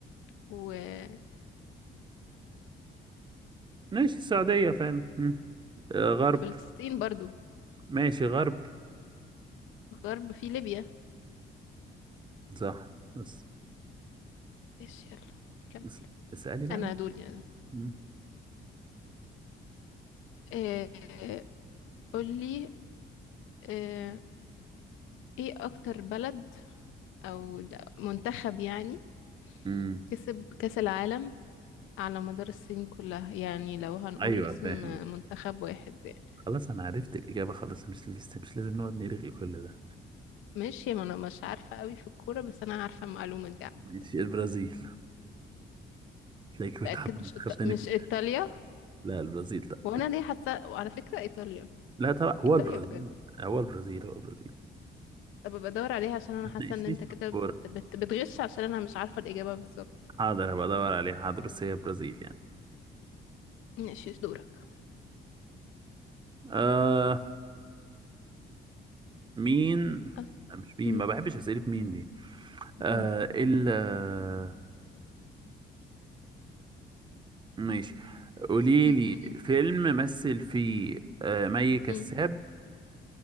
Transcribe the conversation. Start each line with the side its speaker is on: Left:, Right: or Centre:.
Left: وفلسطين
Right: ماشي السعودية فعلا هم. آه غرب
Left: فلسطين برضو
Right: ماشي غرب
Left: الغرب في ليبيا
Right: صح بس
Left: ايش يلا كمل
Right: بس- اسألي بقى
Left: انا دول يعني
Right: هم.
Left: آه قولي آه ايه اكتر بلد او د- منتخب يعني
Right: هم.
Left: كسب كاس العالم على مدار السنين كلها يعني لو هنقول
Right: ايوه
Left: اسم
Right: فاهم
Left: منتخب واحد يعني.
Right: خلاص انا عرفت الإجابة خلاص مش لسه مش لازم نقعد نرغي كل ده
Left: ماشي ما انا مش عارفه قوي في الكوره بس انا عارفه المعلومه دي يعني.
Right: ماشي البرازيل تلاقيك
Left: متاكد
Right: بتحب
Left: مش
Right: منتخب
Left: إيط...
Right: تاني
Left: مش
Right: في-
Left: ايطاليا
Right: لا البرازيل لا
Left: وانا ليه حاسه وعلى فكره ايطاليا
Right: لا طبعا هو
Left: ايطاليا
Right: البرازيل
Left: بجد
Right: هو البرازيل هو البرازيل
Left: طب بدور عليها عشان انا
Right: ما
Left: حاسه
Right: تناقشنيش
Left: ان انت
Right: في
Left: كده
Right: الكورة
Left: بت... بت... بتغش عشان انا مش عارفه الاجابه بالظبط
Right: حاضر هبقى ادور عليه حاضر بس هي البرازيل يعني
Left: ماشي دورك
Right: آه مين
Left: أص-
Right: لا مش مين
Left: أمم،
Right: ما بحبش اسئلة مين دي آه
Left: ده
Right: ال آه، ماشي قولي
Left: أمم،
Right: لي فيلم مثل فيه آه مي كساب
Left: أمم.